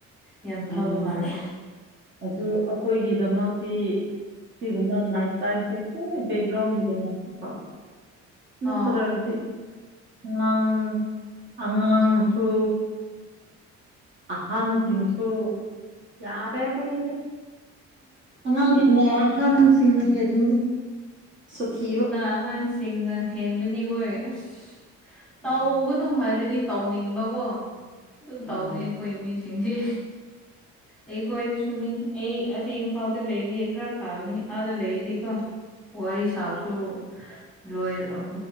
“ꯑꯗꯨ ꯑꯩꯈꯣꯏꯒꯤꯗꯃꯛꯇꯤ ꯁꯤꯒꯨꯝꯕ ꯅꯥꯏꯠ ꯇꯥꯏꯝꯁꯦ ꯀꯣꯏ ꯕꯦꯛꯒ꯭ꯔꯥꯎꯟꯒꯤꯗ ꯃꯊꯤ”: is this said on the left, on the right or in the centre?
Right